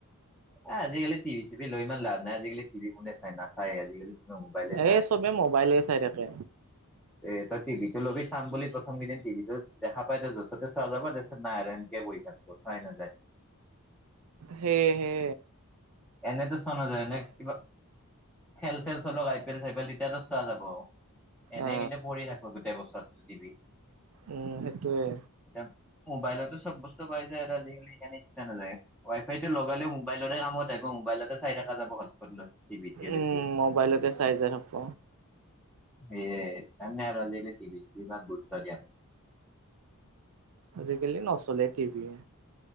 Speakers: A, in the centre; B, on the right.
A: এ আজিকালি টিভি - চিভী লৈ ইমান লাভ নাই, আজিকালি টিভি কোনে চাই নাচাই আজিকালি চবে মোবাইলে চাই
B: এই চবে মোবাইলে চাই থাকে।
A: এ তই টিভিটো ল'বি চাম বুলি প্ৰথম কেইদিন টিভিটো দেখা পাই তই য'চতে চোৱা যাব তাৰিছত নাই আৰু এনকে বহি থাক। পতাই নাযায়।
B: হে হে।
A: এনেইতো চোৱা নাযায় এনে কিবা খেল - চেল চলক I P L - C P L তেতিয়াতো চোৱা যাব। এনেই
B: অ
A: কিন্তু পঢ়ি থাকো গোটেই বছৰতো টিভিত।
B: উম সেইটোয়ে
A: এ মোবাইলৰতো চব বস্তু পাই জাই আৰু আজিকালি। ইচ্ছা নাযায় মোৱাইলটো লগালে মোবাইলৰে কামত আহিব মোবাইলত চাই থকা যাব হচ পত লৈ টিভিতকে
B: উম
A: বেছি।
B: মোবাইলতে চাই যাই থাকব
A: এয় কাৰনে আজি কালি টিভি চিডি ইমান গুৰুত্ব দিয়া নাই।
B: আজিকালি নচলে টিভি।